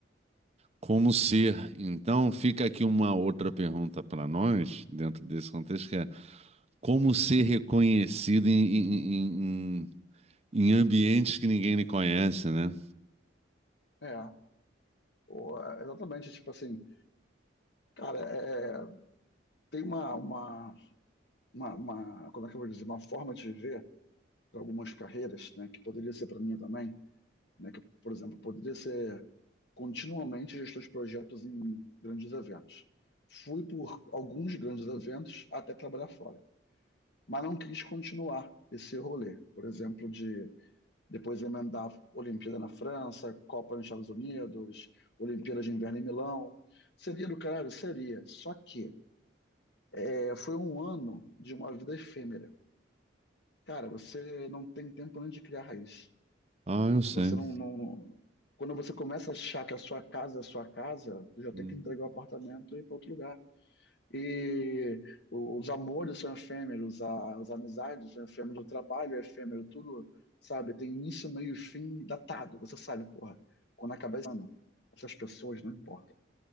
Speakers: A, on the right; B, on the left.
A: Como ser? Então, fica aqui uma outra pergunta para nós, dentro desse contexto, que é como ser reconhecido em, em- em- em ambientes que ninguém lhe conhece, né?
B: É, é. Pô, é, exatamente, tipo assim, cara, é, é, tem uma, uma, uma, uma, como é que eu vou dizer, uma forma de viver para algumas carreiras, né, que poderia ser para mim também, né, que, por exemplo, poderia ser continuamente gestor de projetos em grandes eventos. Fui por alguns grandes eventos até trabalhar fora, mas não quis continuar esse rolê, por exemplo, de depois emendar Olimpíada na França, Copa nos Estados Unidos, Olimpíadas de Inverno em Milão. Seria do caralho? Seria. Só que é, foi um ano de uma vida efêmera Cara, você não tem tempo nem de criar raiz.
A: Ah, eu sei.
B: Você não, não- Quando você começa a achar que a sua casa é a sua casa, tu já
A: Hum.
B: tem que entregar o apartamento e ir para outro lugar. E os amores são efêmeros, a- as amizades são efêmeras, o trabalho é efêmero, tudo, sabe? Tem início, meio e fim datado. Você sabe, porra, quando acabar esse ano, essas pessoas não importam.